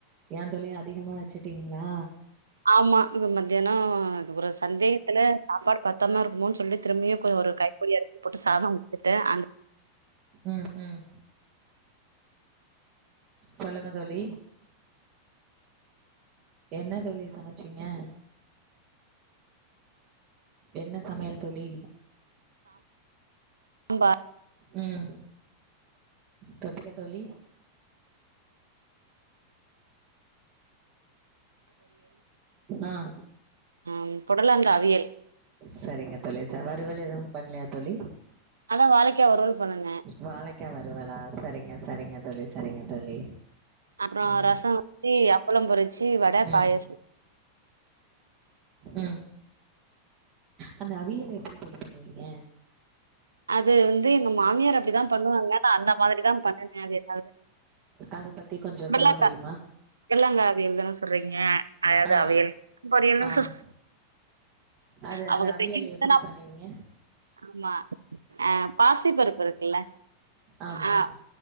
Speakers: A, on the right (about 40°); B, on the right (about 75°).
A: ஏந்தோழி அதிகமா வச்சுட்டீங்களா.
B: ஆமா இது மத்தியானோ இது ஒரு சந்தேகத்துல சாப்பாடு பத்தமா இருக்கும்மோன்னு சொல்லிட்டு திரும்பியும் கொஞ்சோ ஒரு கை புடி அரிசி போட்டு சாதம். போட்டு அந்த.
A: உம் உம். சொல்லுங்க தோழி. என்ன தோழி சமைச்சீங்க. என்ன சமையல் தோழி.
B: உம்பா.
A: உம் தொட்டுக்கத் தோழி. ஆஹ.
B: ஆஹ பொடலங்கா அவியல்.
A: சரிங்க தோழி சா வறுவல் எதுவும் பண்ணலையா தோழி.
B: அதா வாழ க்காய் வறுவல் பண்ணுனே
A: வாழைக்கா வறுவலா சரிங்க சரிங்க தோழி சரிங்க தோழி
B: அப்புறோ
A: ம்
B: ரசோ வெச்சு அப்புளோ பொரிச்சு வடை பாயசோ
A: ம் உம் அந்த அவியல எப்புடி தோழி பண்ணுவீங்க
B: அது எங்க மாமியார் அப்புடிதா பண்ணுவாங்க அந்த மாதிரிதான் பண்ணுனே அது என்னாது
A: அத பத்தி கொஞ்சோ
B: பொடலங்கா
A: சொல்ல முடியுமா?
B: பொடலங்கா அவியல் தான சொல்றீங்க அது
A: ஆ
B: அவியல் பொரியல்னு
A: ஆமா.
B: சொ
A: அது
B: அவுங்க
A: அந்த அவியல்
B: <unintelligible>
A: எப்டி பண்ணுவீங்க?
B: ஆமா அஹ் பாசி பருப்பு இருக்குல்ல
A: ஆமா.
B: ஆஹ்